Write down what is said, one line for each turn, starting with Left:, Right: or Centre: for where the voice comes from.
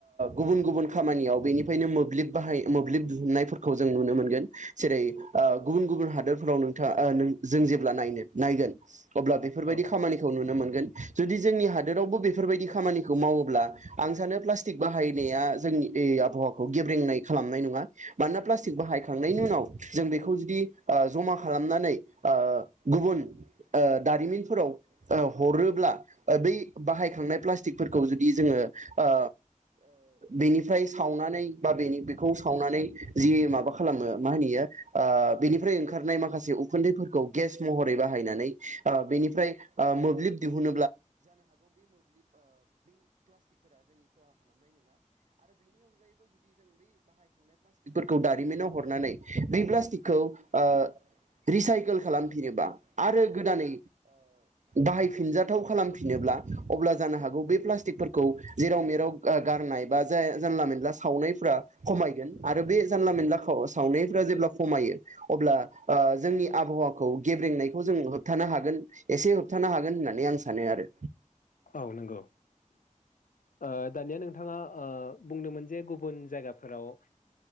Right: गुबुन गुबुन खामानियाव बेनिफ्रायनो मोब्लिब बाहाय मोब्लिब दिहुननायफोरखौ जों नुनो मोनगोन। जेरै गुबुन गुबुन हादोरफोराव नोंथाङा जों जेब्ला नायनो नायगोन अब्ला
Left: औ
Right: बेफोरबायदि
Left: औ
Right: खामानिखौ नुनो मोनगोन। जुदि जोंनि हादोरावबो बेफोरबायदि खामानिखौ मावोब्ला आं सानो प्लास्टिक बाहायनाया जोंनि आबहावाखौ गेब्रेंनाय खालामनाय नङा मानोना प्लास्टिक बाहायखांनायनि उनाव जों बेखौ जुदि ओ जमा खालामनानै ओ गुबुन दारिमिनफोराव हरोब्ला बै बाहायखांनाय प्लाटिकफोरखौ जुदि जोङो ओ बेनिफ्राय सावनानै बा बेखौ सावनानै जि माबा खालामो मा होनो इयो ओ बेनिफ्राय ओंखारनाय माखासे उखुन्दैफोरखौ गेस महरै बाहायनानै ओ बेनिफ्राय ओ मोब्लिब दिहुन खौ दारिमिनाव हरनानै बे प्लास्टिकखौ ओ रिसाइकोल खालामफिनोबा आरो गोदानै बाहायफिनजाथाव खालामफिनोब्ला अब्ला जानो हागौ बे प्लास्टिकफोरखौ जेराव मेराव गारनाय बा जानला मोनला सावनायफ्रा खमायगोन आरो बे जानला मोनलाखौ सावनायफोरा जेब्ला खमायो अब्ला ओ जोंनि आबहावाखौ गेब्रेंनायखौ जों होबथानो हागोन एसे। होबथानो हागोन होननानै आं सानो आरो।
Left: औ नंगौ ओ दानिया नोंथाङा ओ बुंदोंमोन जे गुबुन जायगाफोराव